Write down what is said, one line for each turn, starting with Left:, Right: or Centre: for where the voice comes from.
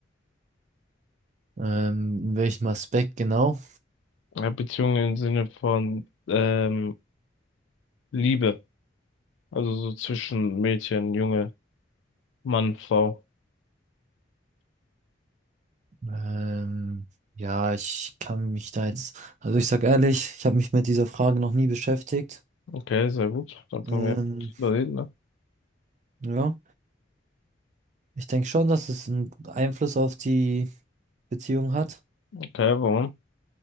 Right: Ähm, in welchem Aspekt genau?
Left: Ja, Beziehungen im Sinne von ähm, Liebe. Also so zwischen Mädchen, Junge, Mann, Frau.
Right: Ähm, ja, ich kann mich da jetzt, also ich sag ehrlich, ich habe mich mit dieser Frage noch nie beschäftigt.
Left: Okay, sehr gut. Dann können
Right: Ähm,
Left: wir drüber reden, ne?
Right: ja, ich denke schon, dass es einen Einfluss auf die Beziehung hat,
Left: Okay, warum?